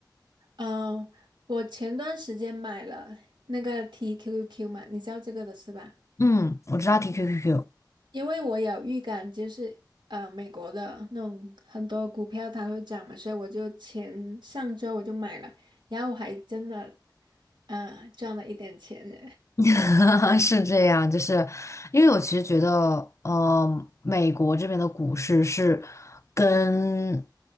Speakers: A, on the right (about 80°); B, on the left (about 40°).
A: 哦，我前段时间买了那个 TQQQ 嘛，你知道这个的是吧？
B: 嗯，我知道 TQQQ
A: 因为我有预感，就是呃美国的那种很多股票它会涨嘛，所以我就前上周我就买了，然后我还真的啊、赚了一点钱呢。
B: <laughs> 是这样，就是因为我其实觉得，嗯、美国这边的股市是跟